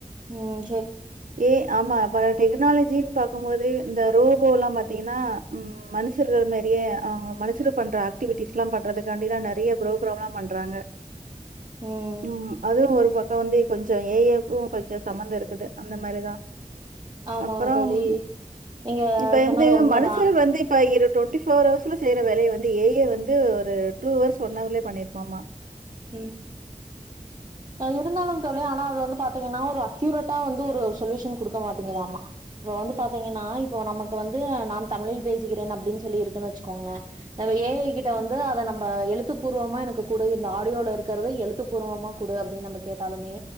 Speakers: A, on the right; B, on the right.
A: உம்
B: ஏ ஆமா இப்ப டெக்னாலஜீன் பாக்கும் போது இந்த ரோபோ எல்லா பாத் தீனா உம் மனுஷர்கள் மாரியே ஆ அவுங்க மனுஷர பண்ற ஆக்டிவிட்டிஸ் எல்லா பண்றதுக்காண்டிதா நெறியா ப்ரோக்ராம்லா பண்றாங்க
A: ம்
B: உம் அதே ஒரு பக்க வந்தே கொஞ்ச ஏஐக்கு கொஞ்ச சம்பந்த இருக்குது அந்த மாரியதா
A: ஆமா
B: அப்புறோம்
A: தோழி.
B: உம்
A: நீங்க
B: இப்ப
A: சொன்னது
B: எந்தேயம்
A: உண்மதான்.
B: மனுஷரு வந்து இப்ப இரு டொண்ட்டி ஃபோர் ஹவர்ஸ்ல செய்யற வேலைய வந்து ஏய வந்து ஒரு டூ ஹவர்ஸ் ஒன் ஹவர்லயே பண்ணியிருப்பாமா
A: உம் அது இருந்தாலு தோழி ஆனா அது வந்து பாத் த்தீங்கன்னா ஒரு அக்யூரேட்டா வந்து ஒரு சொல்யூஷன் குடுக்க மாட்டேங்குதாமா இவ வந்து
B: ம்.
A: பாத்தீங்கன்னா இப்போ நமக்கு வந்து நான் தமிழில் பேசுகிறேன் அப்படின் சொல்லிருக்குன் வெச்சுக்கோங்களே அத
B: ஆ.
A: ஏஐ கிட்ட வந்து அ நம்ப எழுத்துப்பூர்வமா எனக்கு குடு இந்த ஆடியோல இருக்கிறத எழுத்துப்பூர்வமா குடு அப்படின் நம்ம கேட்டாலுமே